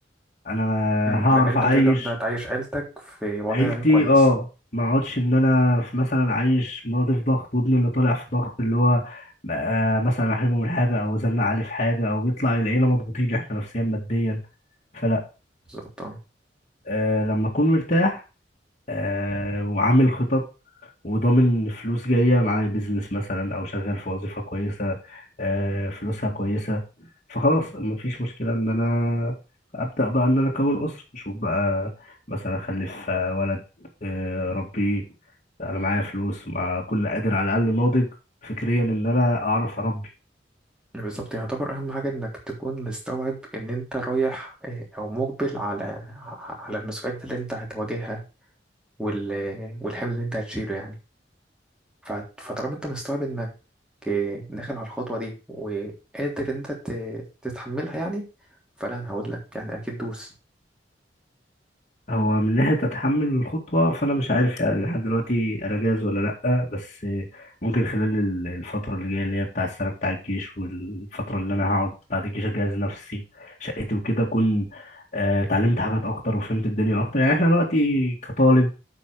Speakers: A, on the left; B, in the centre.
A: انا
B: مم،
A: هعرف
B: لأن أنت
A: اعيش
B: هتقدر ده تعيش عيلتك في وضع
A: عيلتي
B: كويس
A: اه ما اقعدش ان انا في مثلا عايش مراتي في ضغط وابني اللي طالع في ضغط اللي هو آه، مثلا احرمه من حاجه او ازنق عليه في حاجه او يطلع العيله مضغوطين احنا نفسيا ماديا فلا
B: بالظبط اه
A: أه لما أكون مرتاح أه وعامل خطط وضامن فلوس جاية معايا بيزنس مثلا أو شغال في وظيفة كويسة أه فلوسها كويسة فخلاص مفيش مشكلة إن أنا أبدأ بقى إن أنا أكون أسرة أشوف بقى مثلا أخلف آه، ولد أه ربيه أنا معايا فلوس مع كل قادر على الأقل ناضج فكريا إن أنا أعرف أربي
B: بالظبط يعتبر أهم حاجة إنك تكون مستوعب إن أنت رايح آه، أو مقبل على ع- على المسؤوليات اللي أنت هتواجهها وال... والحمل اللي انت هتشيله يعني ف- فطالما انت مستوعب انك إيه، داخل على الخطوة دي وقادر ان انت ت- تتحملها يعني فلا انا هقول لك يعني اكيد دوس
A: هو من ناحية أتحمل الخطوة فأنا مش عارف يعني لحد دلوقتي أنا جاهز ولا لأ بس ممكن خلال ال- الفترة اللي جاية اللي هي بتاع السنة بتاع الجيش والفترة اللي أنا هقعد بعد الجيش أجهز نفسي شقتي وكده أكون آه، اتعلمت حاجات أكتر وفهمت الدنيا أكتر يعني إحنا دلوقتي كطالب